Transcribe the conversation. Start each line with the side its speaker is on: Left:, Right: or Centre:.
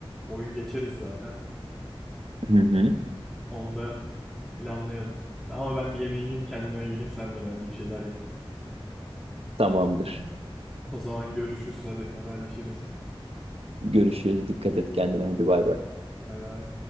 Centre: oyun geçeriz zaten.
Right: Hı hı.
Centre: Onu da planlayalım. Ama ben bir yemeğimi yiyeyim, kendime geleyim, sen de bence bir şeyler ye.
Right: Tamamdır.
Centre: <laughs> O zaman görüşürüz, hadi haberleşiriz.
Right: Görüşürüz. Dikkat et kendine. Hadi bay bay.
Centre: Bay bay.